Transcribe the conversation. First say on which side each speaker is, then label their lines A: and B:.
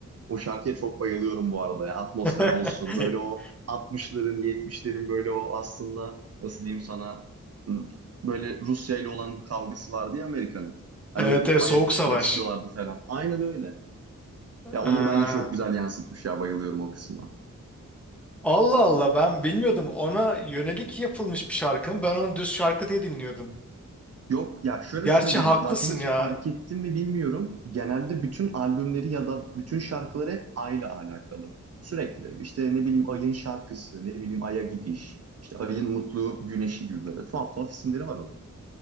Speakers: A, on the right (about 55°); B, in the centre.
A: O şarkıya çok bayılıyorum bu arada ya. Atmosfer
B: <laughs>
A: olsun. Böyle o 60'ların, 70'lerin böyle o aslında nasıl diyeyim sana hmm, böyle Rusya ile olan bu kavgası vardı ya Amerika'nın. Hani
B: Evet,
A: o
B: evet
A: Ay'a
B: Soğuk
A: çıkmak
B: Savaş.
A: istiyorlardı falan. Aynen öyle. Ya
B: Aa,
A: onu bence çok güzel yansıtmış ya bayılıyorum o kısma.
B: Allah Allah ben bilmiyordum ona yönelik yapılmış bir şarkı mı? Ben onu düz şarkı diye dinliyordum.
A: Yok ya şöyle
B: Gerçi
A: söyleyeyim
B: haklısın
A: zaten hiç
B: ya.
A: fark ettin mi bilmiyorum. Genelde bütün albümleri ya da bütün şarkıları hep ayla alakalı. Sürekli işte ne bileyim ayın şarkısı, ne bileyim aya gidiş, işte ayın mutlu güneşi gibi böyle tuhaf tuhaf isimleri var onun.